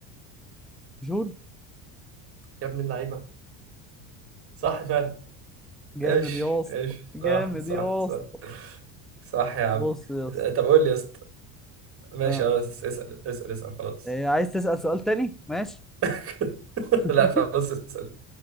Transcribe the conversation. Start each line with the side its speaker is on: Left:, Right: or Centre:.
Centre: جول
Right: يا ابن اللعيبة صح فعلا
Centre: جامد
Right: ايش
Centre: يا اسطى
Right: ايش
Centre: جامد
Right: صح صح
Centre: يا
Right: صح
Centre: اسطى
Right: صح يا عم
Centre: بص يا اسطى
Right: طب قول لي يا اسطى ماشي
Centre: اه
Right: اه اس- اسأل اسأل اسأل خلاص
Centre: إيه، عايز تسأل سؤال تاني؟ ماشي
Right: <laughs>
Centre: <laughs>
Right: لا خلاص اسأل